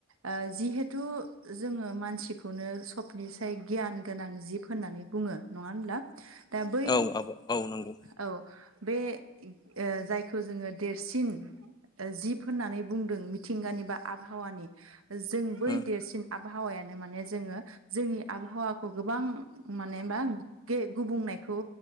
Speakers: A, on the right; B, on the left.
A: ओ जिहेथु जोंङो मानसिखौनो सबनिसाय गियान गोनां जिब होननानै बुं ङो नंङा होनब्ला दा बै
B: औ आब' औ नंगौ
A: औ बे ओ जायखौ जोङो देरसिन ओ जिब होननानै बुंदों मिं थिंगानि बा आबहावानि जों बै
B: उम
A: देरसिन आबहावायानो माने जोङो जोंनि आबहावाखौ गोबां माने मा गे गुबुंनायखौ